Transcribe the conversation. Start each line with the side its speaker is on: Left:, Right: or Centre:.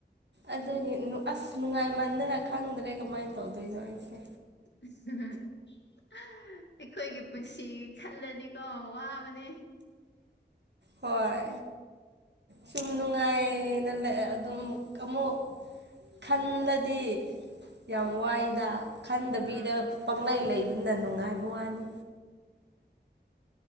Right: ꯑꯗꯨꯒꯤ ꯑꯁ ꯅꯨꯡꯉꯥꯏꯃꯟꯗꯅ ꯈꯪꯗ꯭ꯔꯦ ꯀꯃꯥꯏꯅ ꯇꯧꯗꯣꯏꯅꯣ ꯑꯩꯁꯦ
Left: <unintelligible> ꯑꯩꯈꯣꯏꯒꯤ ꯄꯨꯟꯁꯤꯒꯤ ꯈꯜꯂꯗꯤꯀꯣ ꯋꯥꯕꯅꯦ
Right: ꯍꯣꯏ ꯁꯨꯝ ꯅꯨꯡꯉꯥꯏꯅ ꯂꯩ ꯑꯗꯨꯝ ꯑꯃꯨꯛ ꯈꯪꯂꯗꯤ ꯌꯥꯝ ꯋꯥꯏꯗ
Left: ꯎꯝ
Right: ꯈꯟꯗꯕꯤꯗ
Left: ꯑꯥ
Right: ꯄꯪꯂꯪꯂꯩ ꯂꯩꯕꯅ ꯅꯨꯡꯉꯥꯏꯕ ꯋꯥꯅꯤ